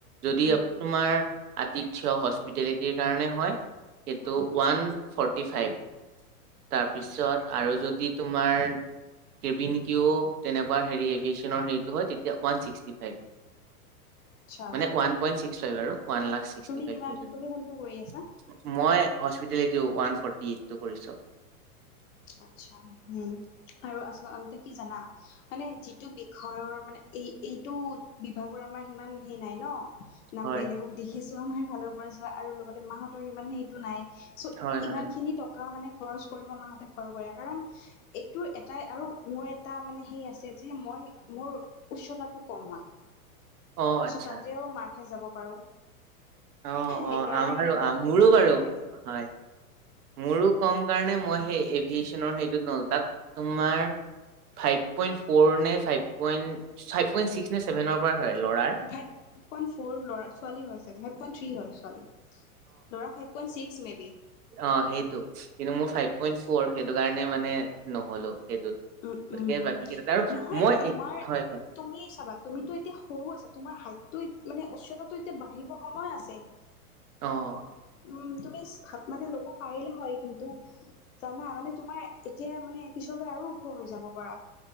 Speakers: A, on the right; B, on the left.
A: যদি
B: উম
A: তোমাৰ আতিথ্য হস্পিটেলিটিৰ কাৰণে হয়, সেইটো
B: উম
A: ওৱান ফৰ্টি ফাইভ তাৰপিছত আৰু যদি তোমাৰ কেবিনকেও তেনেকুৱা হেৰি এভিয়েচনৰ হেৰিটো হয়, তেতিয়া ওৱান ছিক্সি ফাইভ।
B: আচ্ছা
A: মানে ৱান পইণ্ট ছিক্স ফাইভ আৰু, ওৱান লাখ ছিক্সটি
B: তুমি
A: ফাইভ
B: কিমান
A: থাউজেণ্ড।
B: তুমি কোনটো কৰি আছা
A: মই হস্পিতেলিটিও ওৱান ফৰ্টি এইটটো কৰিছো।
B: আচ্ছা, উম', আৰু আচঅলতে কি জানা মানে যিটো বিখয়ৰ মানে, এই এইটো বিভাগৰ আমাৰ সিমান হেই নাই ন না
A: হয়
B: বেলেগক দেখিছো আমাৰ ফালৰ পৰা যোৱা, আৰু লগতে মাহঁতৰ সিমান সেইটো নাই চ'
A: হয় হয়
B: ইমান খিনি টকা মানে খৰচ কৰিব মা হতে ভয় কৰে, কাৰণ এইটো এটাই আৰু মোৰ এটা মানে হেই আছে যে মই মোৰ উচ্চতাটো কম হয়,
A: অ আচ্ছা
B: চ' তাতেও মাৰহে যাব পাৰো
A: অ
B: সেইকাৰণে
A: অ আমাৰো
B: মানে মইয়ো
A: মোৰো
B: সিমান
A: বাৰু
B: যোৰ দিয়া নাই।
A: হয় মোৰো কম কাৰণে মই সেই এভিয়েচনৰ হেইটোত নলো তাত। তোমাৰ ফাইভ পইণ্ট ফ'ৰ নে five point, five point six নে চভেনৰ- পৰা চায় ল'ৰাৰ?
B: ফাইভ পইণ্ট ফ'ৰ ল'ৰা ছোৱালীৰ হয় ছাগে, ফাইভ পইণ্ট থ্ৰী হয় ছোৱালীৰ। ল'ৰা five point six maybe.
A: অঁ' সেইটো, কিন্তু মোৰ ফাইভ পইণ্ট ফ'ৰ, সেইটো কাৰণে মানে নহ'লো সেইটোত।
B: উম
A: গতিকে,
B: উম
A: বাকী কেইটা
B: নহয়
A: মই
B: তোমাৰ
A: এইট হয় কোৱা।
B: তুমি চাবা, তুমিতো এতিয়া সৰু আছা, তোমাৰ হাইট টো, মানে উচ্চতাটো এতিয়া বাঢ়িব সময় আছে। <inaudible>
A: অঁ'
B: উম তুমি থাপ মানে ল'ব পাৰিলে হয় কিন্তু- জানা মানে তোমাৰ এতিয়া মানে পিছলৈ আৰু- ওখ হৈ যাব পাৰা,